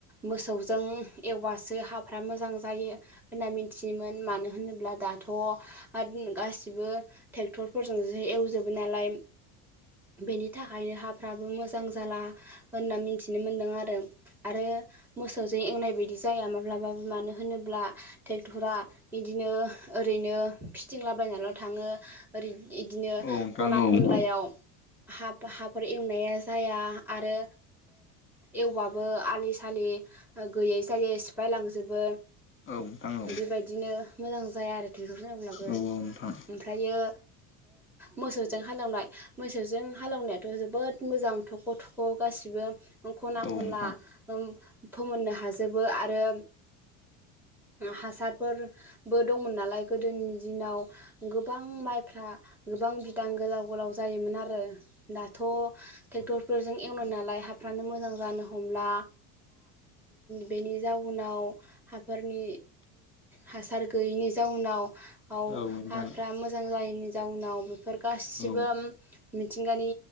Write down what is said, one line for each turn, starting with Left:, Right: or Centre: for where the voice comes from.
Centre: मोसौजों एवबासो हाफ्रा मोजां जायो। होनना मिथियोमोन मानो होनोब्ला दाथ' आरो गासिबो ट्रेक्टरफोरजोंसो एवजोबो नालाय। बेनि थाखायनो हाफ्राबो मोजां जाला होनना मिथिनो मोनदों आरो। आरो मोसौजों एवनाय बायदि जाया माब्लाबाबो मानो होनोब्ला ट्रेक्टरा बिदिनो ओरैनो फिथिंलाबायनानैल' थाङो ओरै इदिनो
Left: औ नोंथां
Centre: खना
Left: औ
Centre: खनलायाव हा हाफोर एवनाया जाया आरो एवब्लाबो आलि सालि गैयै जायै सिफाय लांजोबो
Left: औ <unintelligible>
Centre: बेबायदिनो मोजां जाया आरो ट्रेक्टर जांब्लाबो।
Left: औ नोंथां
Centre: ओमफ्रायो मोसौजों हालेवनाय मोसौजों हालवनायाथ' जोबोद मोजां थख' थख' गासिबो खना
Left: औ
Centre: खनला
Left: नोंथां
Centre: फोमोननो हाजोबो आरो हासारफोर बो दंमोन नालाय गोदोनि दिनाव गोबां माइफ्रा गोबां बिदां गोलाव गोलाव जायोमोन आरो दाथ' ट्रेक्टरफोरजों एवनाय नालाय हाफ्रानो मोजां जानो हमला बेनि जाउनाव हाफोरनि हासार गैयिनि जाउनाव
Left: औ नोंथां
Centre: हाफ मोजां जायैनि जाउनाव बेफोर गासिबो
Left: औ
Centre: मिथिंगानि